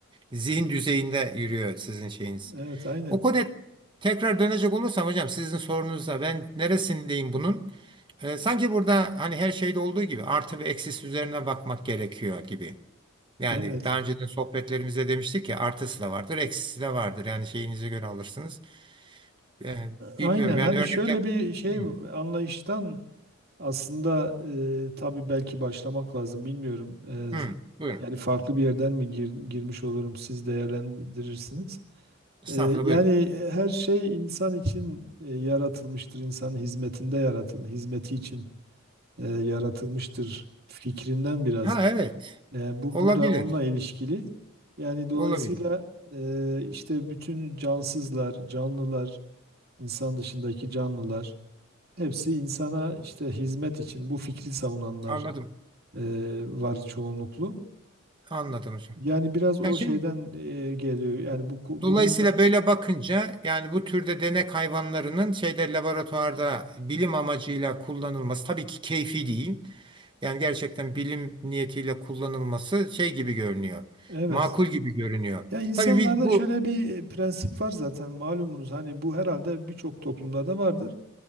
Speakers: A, on the right; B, on the right.
A: zihin düzeyinde yürüyor sizin şeyiniz.
B: Evet, aynen.
A: O konuya tekrar dönecek olursam hocam sizin sorunuza ben neresindeyim bunun? Ee, sanki burada hani her şeyde olduğu gibi artı ve eksisi üzerine bakmak gerekiyor gibi. Yani
B: Evet.
A: daha önceden sohbetlerimizde demiştik ya artısı da vardır, eksisi de vardır. Yani şeyinize göre alırsınız. Ee, bilmiyorum
B: Aynen.
A: yani
B: Hani
A: örnekler...
B: şöyle bir şey
A: Hı,
B: anlayıştan aslında e, tabii belki başlamak lazım. Bilmiyorum. E,
A: hı, buyurun.
B: yani farklı bir yerden mi gir- girmiş olurum siz değerlendirirsiniz.
A: Estağfurullah
B: Ee, yani
A: buyurun.
B: e, her şey insan için e, yaratılmıştır. İnsanın hizmetinde yaratılır, hizmeti için e, yaratılmıştır fikrinden biraz.
A: Ha evet
B: E, bu
A: olabilir,
B: burada da onunla ilişkili. Yani dolayısıyla
A: olabilir.
B: e, işte bütün cansızlar, canlılar, insan dışındaki canlılar hepsi insana işte hizmet için bu fikri savunanlar
A: Anladım,
B: e, var çoğunluklu.
A: anladım hocam.
B: Yani biraz o
A: Ya şimdi
B: şeyden e, geliyor. Yani bu ku-
A: Dolayısıyla
B: bunun da
A: böyle bakınca yani bu türde denek hayvanlarının şeyde laboratuvarda bilim amacıyla kullanılması tabii ki keyfi değil. Yani gerçekten bilim niyetiyle kullanılması şey gibi görünüyor.
B: evet.
A: Makul gibi görünüyor.
B: Ya insanlarda
A: Tabii bir, bu
B: şöyle bir e, prensip var zaten malumunuz. Hani bu herhalde birçok toplumda da vardır.